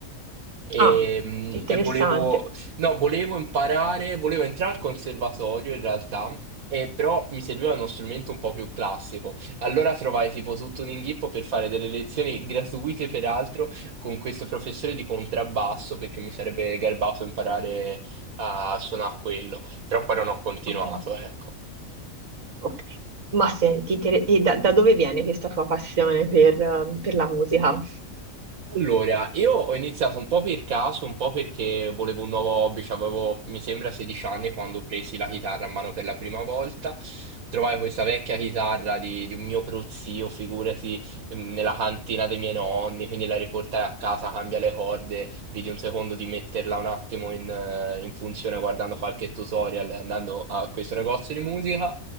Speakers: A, on the right; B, on the right.
A: e,
B: Ah,
A: mm,
B: interessante.
A: e volevo, no, volevo imparare, volevo entrare al conservatorio in realtà. E però mi serviva uno strumento un po' più classico. Allora trovai tipo tutto un inghippo per fare delle lezioni gratuite, peraltro, con questo professore di contrabbasso, perché mi sarebbe garbato imparare a suonare quello. Però poi non ho continuato,
B: Ok.
A: ecco.
B: ok. Ma senti, inter- e da, da dove viene questa tua passione per eh, per la musica?
A: Allora, io ho iniziato un po' per caso, un po' perché volevo un nuovo hobby, cioè avevo, mi sembra, 16 anni quando presi la chitarra a mano per la prima volta. Trovai questa vecchia chitarra di, di un mio prozio, figurati, ehm, nella cantina dei miei nonni, quindi la riportai a casa, cambia le corde, vidi un secondo di metterla un attimo in, eh, in funzione guardando qualche tutorial e andando a questo negozio di musica.